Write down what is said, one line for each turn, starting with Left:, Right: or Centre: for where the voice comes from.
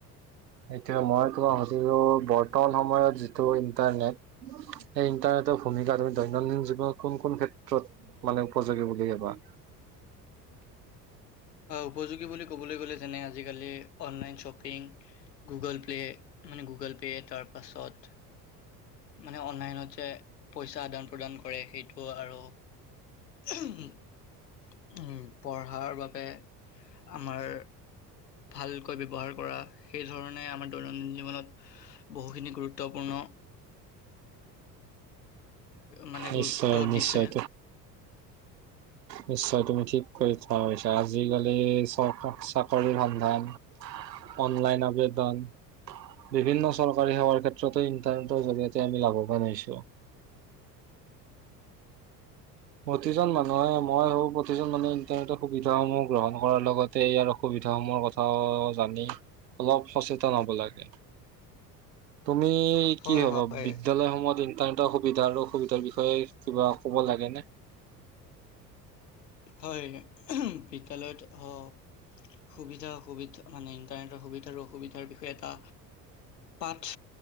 Right: এতিয়া মই <unintelligible> বৰ্তমান সময়ত যিটো ইণ্টাৰনেট সেই ইন্টাৰনেটৰ ভূমিকা তুমি দৈনন্দিন জীৱনত কোন, কোন ক্ষেত্ৰত মানে উপযোগী বুলি ভাবা?
Left: উপযোগী বুলি ক'বলৈ গ'লে যেনে, আজিকালি অনলাইন শ্বপিং গুগল প্লে মানে গুগল পে' তাৰ পাছত মানে অনলাইনত যে, পইচা আদান প্ৰদান কৰে সেইটো আৰু উম, পঢ়াৰ বাব আমাৰ ভালকৈ ব্যৱহাৰ কৰা সেই ধৰণে আমাৰ দৈনন্দিন জীৱনত বহুখিনি গুৰুত্বপূৰ্ণ মানে
Right: নিশ্চয়,
Left: গুৰুত্ব
Right: নিশ্চয়,
Left: দিছে
Right: নিশ্চয় তুমি ঠিক <unintelligible> আজিকালি চ, চাকৰিৰ সন্ধান, অনলাইন আবেদন বিভিন্ন চৰকাৰী সেৱাৰ ক্ষেত্ৰতো ইন্টাৰনেটৰ জৰিয়তে আমি লাভৱান হৈছোঁ। প্ৰতিজন মানুহে মই হওঁ প্ৰতিজন মানুহে ইন্টাৰনেটৰ সুবিধা সমূহ গ্ৰহণ কৰাৰ লগতে ইয়াৰ অসুবিধা সমূহৰ কথায়ো জানি অলপ সচেতন হ'ব লাগে। তুমি কি
Left: হয়
Right: ভাবা?
Left: হয়
Right: বিদ্যালয়সমূহত ইন তান এটা সুবিধা আৰু অসুবিধাৰ বিষয়ে কিবা ক'ব লাগে নে?
Left: হয়, বিদ্যালয়ত অ', সুবিধা অসুবিধা মানে ইণ্টাৰনেটৰ সুবিধা আৰু অসুবিধাৰ বিষয়ে এটা পাঠ,